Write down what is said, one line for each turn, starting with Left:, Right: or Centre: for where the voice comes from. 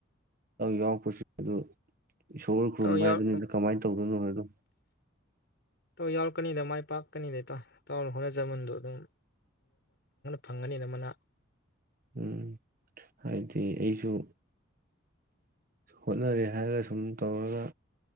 Right: ꯌꯥꯎꯔꯛꯄꯁꯤ ꯑꯗꯨ ꯏꯁꯣꯔ
Left: ꯏꯇꯥꯎ
Right: ꯈꯨꯔꯨꯝ
Left: ꯌꯥꯎ
Right: ꯍꯥꯏꯗꯨꯅꯤꯗ ꯀꯃꯥꯏꯅ ꯇꯧꯗꯣꯏꯅꯣ ꯍꯥꯏꯗꯣ
Left: ꯇ ꯌꯥꯎꯔꯛꯀꯅꯤꯗ ꯃꯥꯏ ꯄꯥꯛꯀꯅꯤꯗꯇ ꯇ ꯍꯣꯠꯅꯖꯃꯟꯗꯣ ꯑꯗꯨꯝ ꯐꯪꯒꯅꯤꯅ ꯃꯅꯥ
Right: ꯎꯝ ꯍꯥꯏꯗꯤ ꯑꯩꯁꯨ ꯍꯣꯠꯅꯔꯦ ꯍꯥꯏꯔꯒ ꯁꯨꯝ ꯇꯧꯔꯒ